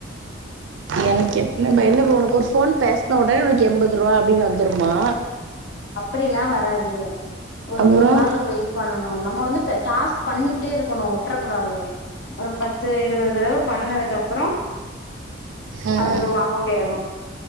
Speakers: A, on the right; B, on the left.
A: எனக்கு எப்பனா பய என்ன உனக்கு ஒரு ஃபோன் பேசின உடனே உனக்கு எண்பது ரூபா அப்டின் வந்துருமா
B: அப்புடியெல்லா வராதுடி ஒரு
A: அப்புறோ
B: மூணு நாள் வெயிட் பண்ணணு நம்ம வந்து இப்ப டாஸ்க் பண்ணிக்கிட்டே இருக் கொணு வுட்றக்கூடாது ஒரு பத்து இருபது தடவை பண்ணதுக்கு அப்றோ
A: ம்
B: அது ரூவா அமௌண்ட் ஏறு